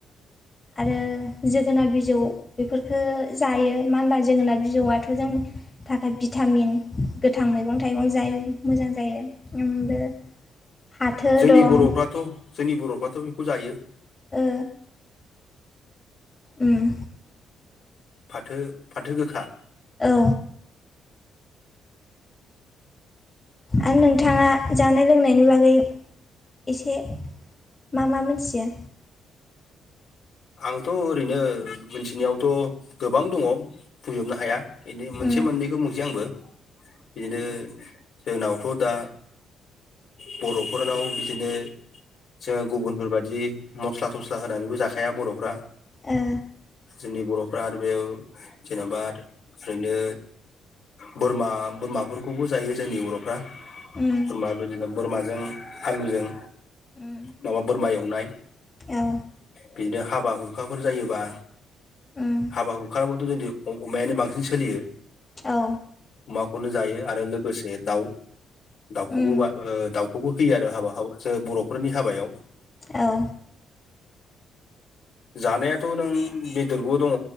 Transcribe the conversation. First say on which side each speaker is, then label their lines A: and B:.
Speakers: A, on the left; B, on the left.
A: आरो जोगोनार बिजौ बेफोरखो जायो मा होनोमबा जोगोनार बिजौआथ' जों थाखाय भिटामिन गोथां मैगं थाइगं जाय मोजां। जायो उम द फाथो
B: जोंनि
A: दं
B: बर'फ्राथ' जोंनि बर'फ्राथ' बेखौ जायो।
A: ओ उम।
B: फाथो फाथो गोखा।
A: औ आरो नोंथाङा जानाय फोरोंनायनि बागै एसे मा मा मिथियो?
B: आंथ' ओरैनो मिथिनायावथ' गोबां दङ बुंजोबनो हाया एनै मोनसे
A: उम
B: मोननैखौ मोसै आंबो बिदिनो जोंनावथ' दा बर'फोरनाव बिदिनो जोङो गुबुनफोरबायदि मस्ला थस्ला होनानैबो जा हाया बर'फ्रा
A: ओ
B: जोंनि बर' आरो बेयाव जेनेबा ओरैनो। बोरमा-बोरमाफोरखौबो जायो। जोंनि बर'फ्रा
A: उम
B: बोरमा बिदिनो बोरमाजों आलुजों।
A: उम
B: नङाबा बोरमा एवनाय।
A: औ
B: बिदिनो हाबा हुखाफोर जायोबा।
A: उम
B: हाबा हुखायावबोथ' जोंनिथिं अमायानो बांसिन सोलियो।
A: औ
B: अमाखौनो जायो आरो लोगोसे दाउ दाउखौबो
A: उम
B: बा ओ दाउ खौबो होयो आरो हाबा हा जो बर'फोरनि हाबायाव
A: औ।
B: जानायाथ' नों बेदरबो। दङ